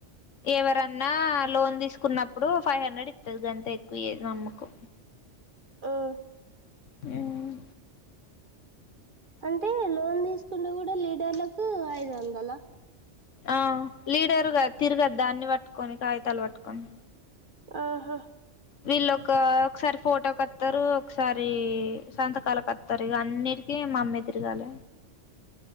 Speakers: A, on the left; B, on the right.
A: ఎవరన్నా లోన్ తీసుకున్నప్పుడు. ఫైవ్ హండ్రెడ్ ఇత్తది. గంతే ఎక్కువియ్యది. మా అమ్మకు.
B: ఓహ్
A: మ్మ్
B: అంటే లోన్ తీసుకుంటే. కూడా లీడర్లకు ఐదు వందల
A: ఆ లీడర్గా తిర్గోద్ద అన్ని పట్టుకొని, కాయితాలు పట్టుకొని.
B: ఆహా
A: వీళ్ళొక ఒకసారి ఫోటో కత్తారు, ఒకసారి సంతకాల కత్తరు ఇగా. అన్నిటికీ మా అమ్మే తిరగాల